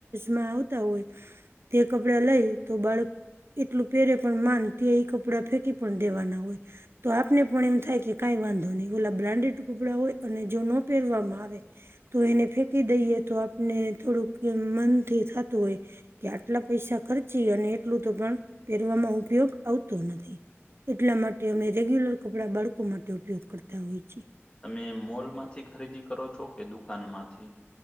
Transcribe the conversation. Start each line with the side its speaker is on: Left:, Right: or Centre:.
Right: માં આવતા હોય તે કપડા લઈ તો બાળક એટલું પેરે પણ માન ત ઈ કપડાં ફેંકી પણ દેવાના હોય તો આપને પણ એમ થાય કે કાંઈ વાંધો નહીિ ઓલા બ્રાન્ડેડ કપડાં હોય અને જો ન પહેરવામાં આવે તો એને ફેંકી દઈએ તો આપને થોડુંક મનથી થતું હોય કે આટલા પૈસા ખર્ચી અને એટલું તો પણ પહેરવામાં ઉપયોગ આવતો નથી એટલા માટે અમે રેગ્યુલર કપડા બાળકો માટે ઉપયોગ કરતા હોય છીએ
Left: તમે મોલમાંથી ખરીદી કરો છો કે દુકાન માંથી